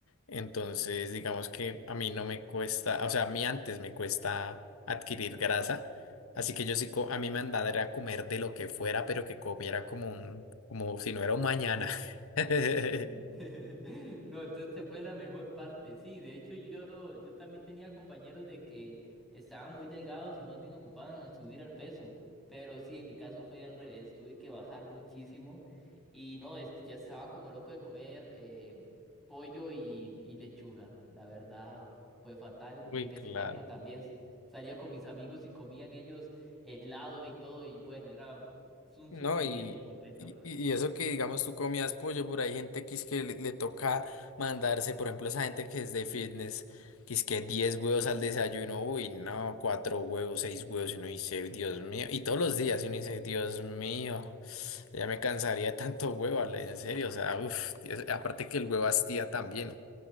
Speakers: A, on the left (about 70°); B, in the centre.
A: Entonces, digamos que a mí no me cuesta, o sea, a mí antes me cuesta adquirir grasa. Así que yo sí, co- a mí me andaba era comer de lo que fuera, pero que comiera como un, como si no era un mañana. <laughs>
B: <laughs> No, entonces fue la mejor parte. Sí, de hecho yo, yo también tenía compañeros de que estaban muy delgados y más bien ocupaban a subir al peso. Pero sí, en mi caso fue al revés, tuve que bajar muchísimo y no, es- ya estaba como loco de comer eh, pollo y, y lechuga. La verdad fue fatal
A: Uy,
B: y en ese
A: claro.
B: tiempo también salía con mis amigos y comían ellos helado y todo y bueno, era un
A: No,
B: sufrimiento
A: y,
B: completo.
A: y, y eso que digamos tú comías pollo, por ahí gente que es que le, le toca mandarse, por ejemplo, esa gente que es de fitness, que es que 10 huevos al desayuno, uy, no, cuatro huevos, seis huevos, y uno dice, Dios mío, y todos los días, y uno dice, Dios mío, ya me cansaría de tanto huevo, Ale, en serio, o sea, uff, aparte que el huevo hastía también,